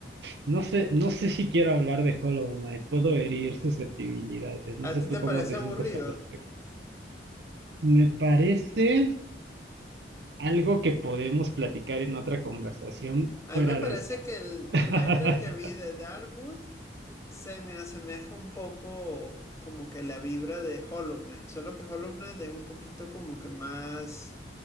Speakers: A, on the right; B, on the left.
A: No sé, no sé si quiero hablar de Hollow Knight, puedo herir susceptibilidades, no
B: ¿A
A: sé
B: ti
A: tú
B: te
A: cómo
B: parece
A: te
B: aburrido?
A: sientas al respecto. Me parece algo que podemos platicar en otra conversación
B: A
A: fuera
B: mí me parece
A: de esta.
B: que el
A: <laughs>
B: tráiler que vi de Darkwood se me asemeja un poco como que la vibra de Hollow Knight, solo que Hollow Knight es un poquito como que más,